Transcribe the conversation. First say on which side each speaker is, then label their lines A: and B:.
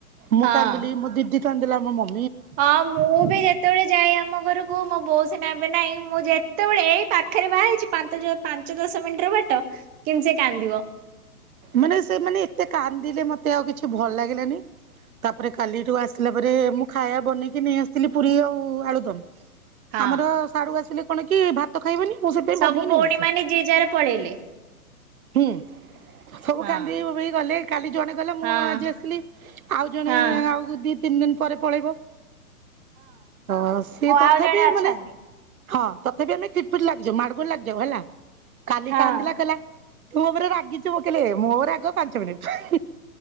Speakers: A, on the right (about 65°); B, on the right (about 20°).
A: ମୁଁ
B: ହଁ।
A: କାନ୍ଦିଲି ମୋ ଦିଦି କାନ୍ଦିଲା ମୋ ମମ
B: ହଁ ମୁଁ ବି ଯେତେବେଳେ ଯାଏ ଆମ ଘରକୁ ମୋ ବୋଉ ସିନା ଏବେ ନାହିଁ। ମୁଁ ଯେତେବେଳେ ଏଇ ପାଖରେ ବାହା ହେଇଛି ପାନ୍ତ ଜୋ ପାଞ୍ଚ ଦଶ ମିନିଟ ର ବାଟ କିନ୍ତୁ ସେ କାନ୍ଦିବ।
A: ମାନେ ସେ ମାନେ ଏତେ କାନ୍ଦିଲେ ମତେ ଆଉ କିଛି ଭଲ ଲାଗିଲାନି। ତାପରେ କାଲିଠୁ ଆସିଲା ପରେ ମୁଁ ଖାଇବା ବନେଇକି ନେଇ ଆସିଥିଲି ପୁରୀ ଆଉ ଆଳୁଦମ।
B: ହଁ।
A: ଆମର ସାଡୁ ଆସିଲେ କଣ କି ଭାତ ଖାଇବନି। ମୁଁ ସେଥିପାଇ
B: ସବୁ
A: ବନେଇକି
B: ଭଉଣୀ
A: ନେଇ ଆସେ।
B: ମାନେ ଯିଏ ଯାହାର ପଳେଇଲେ।
A: ହୁଁ। ସବୁ
B: ହଁ।
A: କାନ୍ଦିକି ବୋବେଇକି ଗଲେ କାଲି ଜଣେ ଗଲେ ମୁଁ
B: ହଁ
A: ଆଜି ଆସିଲି ଆଉ ଜଣେ
B: ହଁ
A: ଆଉ ଦି ତିନି ଦିନି ପରେ ପଳେଇବ। ହଁ ସିଏ
B: ଓ
A: ତଥାପି
B: ଆଉ ଜଣେ ଅଛନ୍ତି
A: ମାନେ ହଁ ତଥାପି ଆମେ ଖିଟପିଟ ଲାଗିଯିବୁ ମାଡଗୋଲ ଲାଗି ଯୋଉ ହେଲା କାଲି
B: ହଁ।
A: କାନ୍ଦିଲା କହିଲା ତୁ ଉପରେ ରାଗିଚୁ। ମୁଁ କଇଲି ମୋ ରାଗ ପାଞ୍ଚ ମିନିଟ